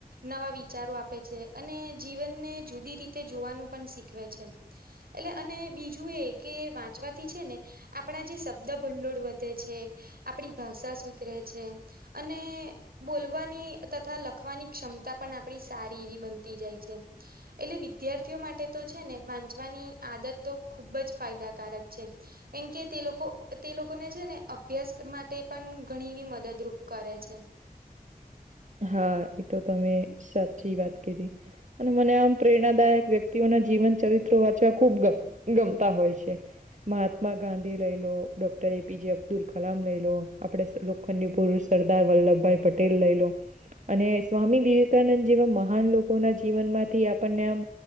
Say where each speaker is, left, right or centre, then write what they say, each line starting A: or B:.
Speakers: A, on the right (about 75°); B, on the right (about 50°).
A: નવા વિ ચારો આપે છે અને જીવનને જુદી રીતે જોવાનું પણ શીખવે છે એટલે અને બીજું એ કે વાંચવાથી છે ને આપણા જે શબ્દ ભંડોળ વધે છે આપણી ભાષા સુધરે છે અને બોલવાની તથા લખવાની ક્ષમતા પણ આપ આપડી સારી એવી બનતી જાય છે એટલે વિદ્યાર્થીઓ માટે તો છે ને વાંચવાની આદત તો ખુબ જ ફાયદાકારક છે. એમ કે તે લોકો તે લોકોને છે ને અભ્યાસ માટે પન ઘણી એવી મદદરૂપ કરે છે.
B: હા એ તો તમે સાચી વાત કીધી અને મને આમ પ્રેરણાદાયક વ્ય. તિઓને જીવન ચરિત્રો વાંચવા ખૂબ ગ ગમતા હોય છે. મહાત્મા ગાંધી લઈ લો ડોક્ટર એપીજે અબ્દુલ કલામ લઈ લો આપડે સલો ખંડી પુરુષ સરદાર વલ્લભભાઈ પટેલ લઈ લો અને સ્વામી વિવેકાનંદ જેવા મહાન લોકોના જીવનમાંથી આપન ને આમ